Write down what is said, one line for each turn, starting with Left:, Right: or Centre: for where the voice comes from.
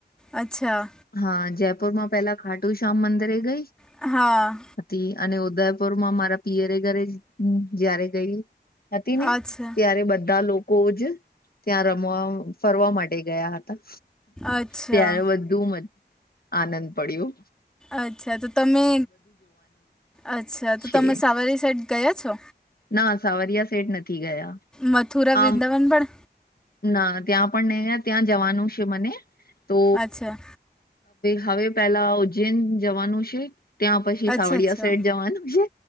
Centre: અચ્છા.
Left: હા જયપુર માં પેલા ખાટુ શ્યામ મંદિરે ગઈ.
Centre: હા.
Left: હતી અને ઉદયપુર માં મારા પિયરે ઘરે જયારે ગઈ હતી ને
Centre: અચ્છા
Left: ત્યારે બધા લોકો જ ત્યાં રમવા ફરવા માટે ગયા હતા
Centre: અચ્છા
Left: ત્યારે બધું મ આનંદ પડ્યુ.
Centre: અચ્છા તો તમે અચ્છા તો
Left: છે
Centre: તમે સાવરી સાઇડ ગયા છો.
Left: ના સાવરિયા સેઠ નથી ગયા.
Centre: મથુરા વૃંદાવન
Left: આમ
Centre: પણ.
Left: ના ત્યાં પણ નહી ત્યાં જવાનું છે મને તો
Centre: અચ્છા
Left: હવે પેલા ઉજ્જૈન જવાનું છે. ત્યાં પછી
Centre: અચ્છા
Left: સાવળિયા
Centre: અચ્છા
Left: સઈડ જવાનું છે.